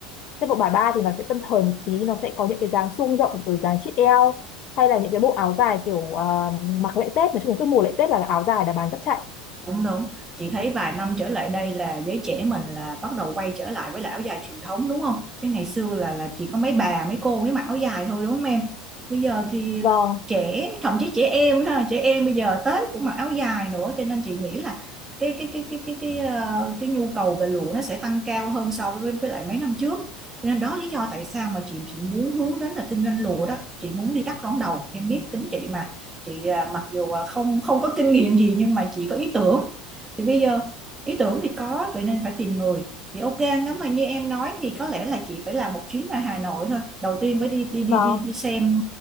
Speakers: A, on the left (about 45°); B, on the right (about 15°).
A: Thế bộ bài ba thì nó sẽ tân thời một tí, nó sẽ có những cái dáng suông rộng rồi dáng chít eo hay là những cái bộ áo dài kiểu ờ, mặc lễ Tết, nói chung là cứ mùa lễ Tết là áo dài đã bán rất chạy.
B: Đúng, đúng. Chị thấy vài năm trở lại đây là giới trẻ mình là bắt đầu quay trở lại với lại áo dài truyền thống đúng không? Chứ ngày xưa là là chỉ có mấy bà, mấy cô mới mặc áo dài thôi đúng không em? Bây giờ thì
A: Vâng,
B: trẻ, thậm chí trẻ em ha, trẻ em bây giờ Tết cũng mặc áo dài nữa cho nên chị nghĩ là cái cái cái cái cái cái ờ, cái nhu cầu về lụa nó sẽ tăng cao hơn so với với lại mấy năm trước. Cho nên đó lý do tại sao mà chị chị muốn hướng đến là kinh doanh lụa đó. Chị muốn đi đắp đón đầu. Em biết tính chị mà chị à, mặc dù không không có kinh nghiệm gì nhưng mà chị có ý tưởng thì bây giờ ý tưởng thì có vậy nên phải tìm người thì ok nếu mà như em nói thì có lẽ là chị phải làm một chuyến ra Hà Nội thôi đầu tiên phải đi đi
A: vâng.
B: đi đi, đi xem